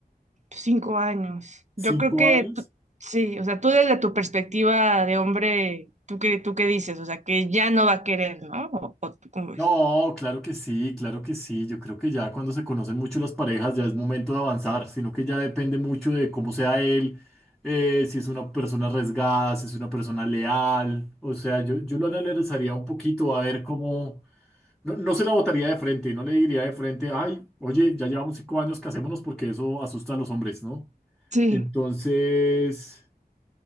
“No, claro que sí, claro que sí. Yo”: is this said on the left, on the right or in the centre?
Centre